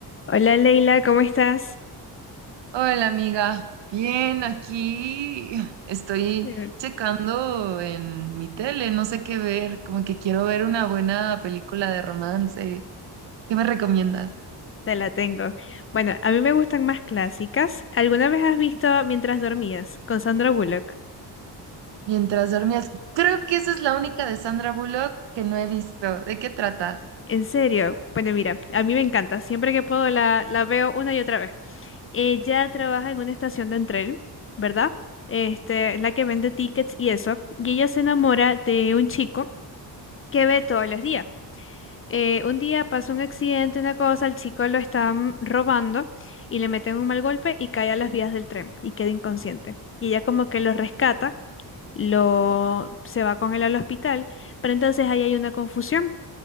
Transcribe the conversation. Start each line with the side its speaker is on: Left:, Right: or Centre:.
Left: Hola Leila, ¿cómo estás?
Right: Hola amiga, bien, aquí estoy
Left: Eh,
Right: checando en mi tele, no sé qué ver, como que quiero ver una buena película de romance. ¿Qué me recomiendas?
Left: Te la tengo. Bueno, a mí me gustan más clásicas. ¿Alguna vez has visto Mientras dormías con Sandra Bullock?
Right: Mientras dormías, creo que esa es la única de Sandra Bullock que no he visto. ¿De qué trata?
Left: En serio, bueno, mira, a mí me encanta. Siempre que puedo la, la veo una y otra vez. Ella trabaja en una estación de tren, ¿verdad? Este, es la que vende tickets y eso. Y ella se enamora de un chico que ve todos los días. eh, un día pasa un accidente, una cosa, el chico lo están robando y le meten un mal golpe y cae a las vías del tren y queda inconsciente. Y ella como que lo rescata, lo se va con él al hospital, pero entonces ahí hay una confusión